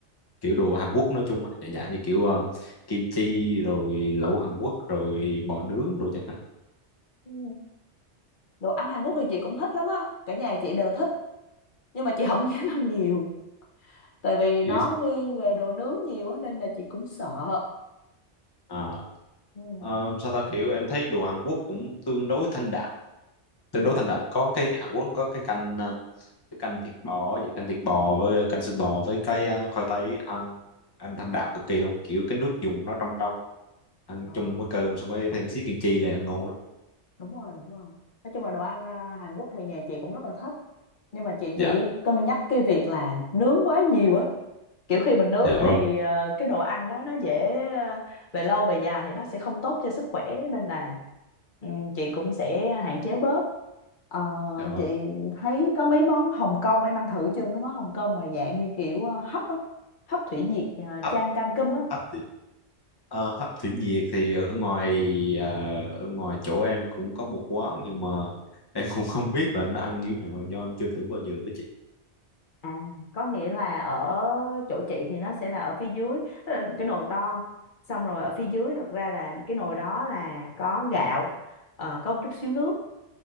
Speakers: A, on the left; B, on the left.
A: kiểu đồ Hàn Quốc nói chung á, dạ dạ như kiểu um, kim chi rồi lẩu Hàn Quốc rồi bò nướng rồi chẳng
B: Ừ. đồ ăn Hàn Quốc thì chị cũng thích lắm á cả nhà chị đều thích nhưng mà chị không <laughs> dám ăn nhiều tại vì nó
A: Yes.
B: nghiêng về đồ nướng nhiều á nên là chị cũng sợ
A: À,
B: ừ
A: um, sao ta kiểu em thấy đồ Hàn Quốc cũng tương đối thanh đạm tương
B: ừ
A: đối thanh đạm có cái Hàn Quốc nó có cái canh à, cái canh thịt bò vậy canh thịt bò với canh xương bò với cái à, khoai tây ăn ăn thanh đạm cực kỳ luôn kiểu cái nước dùng nó trong trong ăn
B: Ờ,
A: chung với cơm xong rồi thêm xí kim chi là ăn ngon lắm
B: đúng rồi đúng rồi nói chung là đồ ăn à, Hàn Quốc thì nhà chị cũng rất là thích nhưng mà chị chỉ
A: dạ
B: cân nhắc cái việc là nướng quá nhiều á kiểu khi mình nướng
A: dạ
B: thì
A: vâng
B: ờ, cái đồ ăn đó nó dễ ờ, về lâu về dài thì nó sẽ không tốt cho sức khỏe nên là ừ, chị cũng sẽ hạn chế bớt Ờ,
A: dạ vâng
B: chị thấy có mấy món Hồng Kông em ăn thử chưa mấy món Hồng Kông mà dạng như kiểu ờ, hấp á hấp thủy nhiệt ờ,
A: hấp
B: chan canh cơm á
A: hấp thủy, ờ, hấp thủy nhiệt thì ở ngoài ờ, ở ngoài chỗ em cũng có một quán nhưng mà em cũng không biết là nó ăn như nào do em chưa thử bao giờ ấy chị
B: À, có nghĩa là ở chỗ chị thì nó sẽ là ở phía dưới tức là cái nồi to xong rồi ở phía dưới thật ra là cái nồi đó là có gạo ờ, có một chút xíu nước